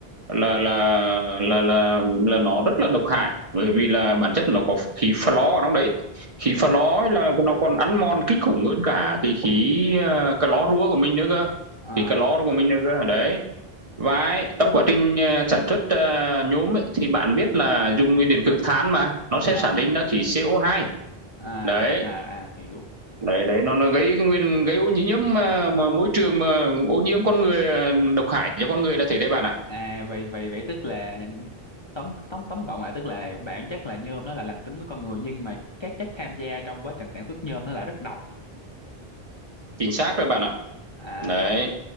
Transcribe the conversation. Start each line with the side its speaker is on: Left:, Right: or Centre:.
Right: là là là là là nó rất là độc hại bởi vì là bản chất nó có khí flo ở trong đấy khí flo ấy là nó còn ăn mòn kinh khủng hơn cả cái khí à, clo rúa của mình nữa cơ
Left: à
Right: khí clo
Left: à
Right: của mình nữa cơ đấy và trong quá trình ờ, sản xuất ờ, nhôm ấy, thì bạn biết là dùng nguyên điện cực than mà nó sẽ
Left: à
Right: sản sinh ra khí CO2
Left: à
Right: đấy
Left: à, à, hiểu
Right: đấy đấy nó nó gây nguyên gây ô nhiễm mà, mà môi trường mà ô nhiễm con người ờ, độc hại cho con người là thế đấy bạn ạ
Left: À vậy vậy vậy tức là tóm tóm tóm gọn lại tức là bản chất là nhôm nó là lành tính với con người nhưng mà các chất tham gia trong quá trình sản xuất nhôm nó lại rất độc.
Right: chính xác rồi bạn ạ
Left: À
Right: đấy